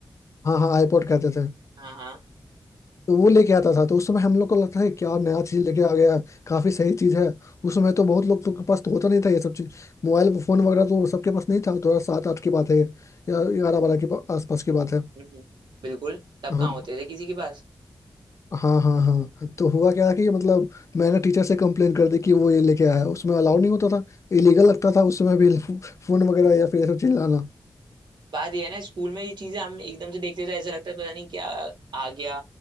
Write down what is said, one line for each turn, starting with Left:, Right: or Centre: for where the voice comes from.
Left: हाँ हाँ आईपॉड कहते थे
Right: हाँ हाँ
Left: तो वो लेके आता था तो उस समय हम लोग को लगता है क्या नया चीज लेके आ गया है, काफी सही चीज है उस समय तो बहुत लोग तो के पास तो होता नहीं था ये सब चीज मोबाइल फोन वगैरह तो सबके पास नहीं था थोड़ा सात आठ की बात है या ग्यारह बारह के पा- आसपास की बात है
Right: हम्म, हम्म, बिल्कुल तब
Left: हाँ
Right: कहाँ होते थे किसी के पास
Left: हाँ हाँ हाँ तो हुआ क्या कि मतलब मैंने टीचर से कंप्लेन कर दी कि वो ये लेके आया है उसमें अलाउड नहीं होता था इलीगल लगता था उस समय भी फो- फोन वगैरह या फिर ये सब चीज लाना
Right: बात ये है ना स्कूल में ये चीजें हम एकदम से देखते थे ऐसा लगता है पता नहीं क्या आ गया